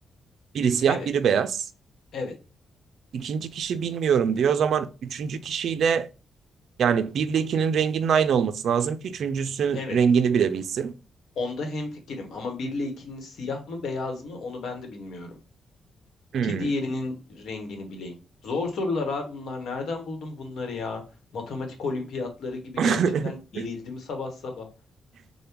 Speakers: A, on the right; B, on the left.
A: Biri siyah
B: Evet,
A: biri beyaz.
B: evet,
A: İkinci kişi bilmiyorum diyor. O zaman üçüncü kişiyle yani 1 ile 2'nin renginin aynı olması lazım ki üçüncüsünün
B: evet.
A: rengini bilebilsin.
B: Onda hemfikirim ama 1 ile 2'nin siyah mı, beyaz mı onu ben de bilmiyorum.
A: Hmm.
B: ki diğerinin rengini bileyim. Zor sorular abi bunlar. Nereden buldun bunları ya? Matematik olimpiyatları gibi
A: <laughs>
B: gerçekten gerildim sabah sabah.